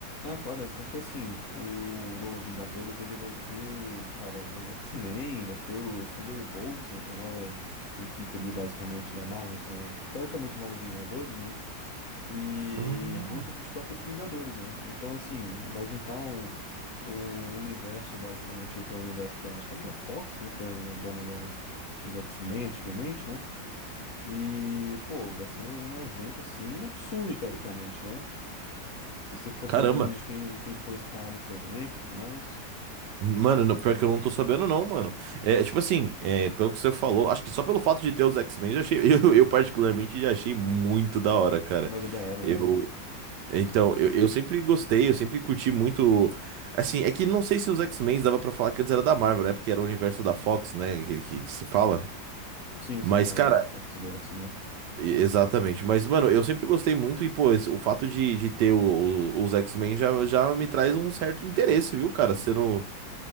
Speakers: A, on the left (about 60°); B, on the right (about 75°).
A: Ah, claro, é porque assim, o novo Vingadores ele vai ter, cara, os X-Men, vai ter os Thunderbolts, né, que é a nova equipe ali basicamente da Marvel, que são teoricamente os novos Vingadores, né, e
B: Ah.
A: junto dos próprios Vingadores, né, então assim, vai juntar o, o universo basicamente ali, que é o universo da, acho que era da Fox, né, que era a dona da, dos X-Men antigamente, né, e, pô, vai ser um, um evento assim absurdo teoricamente, né. Não sei se você ficou sabendo
B: Caramba.
A: de quem, quem foi escalado pro elenco e tudo mais.
B: Mano, não- pior que eu não tô sabendo, não, mano. É, tipo assim, é, pelo que você falou, acho que só pelo fato de ter os X-Men, já achei, <laughs> eu, eu particularmente já achei muito da hora, cara.
A: Mas é da hora,
B: Eu,
A: né?
B: então, eu, eu sempre gostei, eu sempre curti muito. Assim, é que não sei se os X-Men dava pra falar que antes era da Marvel, né? Porque era o universo da Fox, né? Aquele que, que se fala.
A: Sim,
B: Mas,
A: sim, é
B: cara,
A: o Fox Verso, né?
B: E- Exatamente, mas mano, eu sempre gostei muito e pô, esse- o fato de, de ter o- o- os X-Men já, já me traz um certo interesse, viu, cara? Sendo,